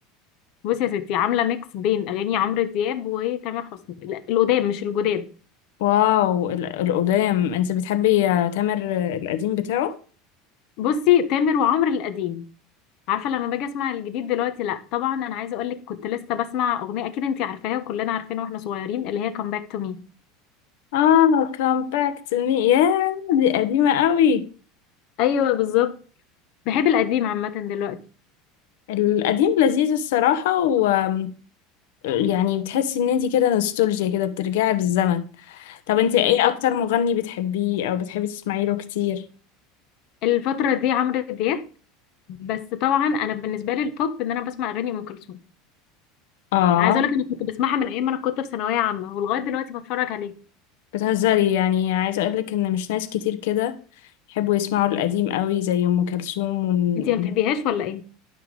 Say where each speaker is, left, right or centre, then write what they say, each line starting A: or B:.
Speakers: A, on the left; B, on the left.
A: بصي يا ستي عامله ميكس بين اغاني عمرو دياب وتامر حسني لا القدام مش الجداد
B: واو ال- القدام انت بتحبي آه، تامر آه، القديم بتاعه؟
A: بصي تامر وعمرو القديم عارفه لما باجي اسمع الجديد دلوقتي لا طبعا انا عايزه اقول لك كنت لسه بسمع اغنيه اكيد انتي عارفاها وكلنا عارفينها واحنا صغيرين اللي هي كام باك تو مي
B: اه come back to me يا دي قديمة قوي
A: ايوه بالظبط بحب القديم عامه دلوقتي
B: القديم لذيذ الصراحة و آم، يعني بتحسي ان انت كده نوستالجيا كده بترجعي بالزمن طب انت
A: بالظبط
B: ايه اكتر مغني بتحبيه او بتحبي تسمعي له كتير؟
A: الفترة دي عمرو دياب بس طبعا انا بالنسبه لي التوب ان انا بسمع اغاني ام كلثوم
B: اه
A: عايزه اقول لك انا كنت بسمعها من ايام ما انا كنت في ثانويه عامه ولغايه دلوقتي بتفرج عليها
B: بتهزري يعني عايزة أقولك إن مش ناس كتير كده يحبوا يسمعوا القديم قوي زي أم كلثوم ون...
A: انت ما بتحبيهاش ولا ايه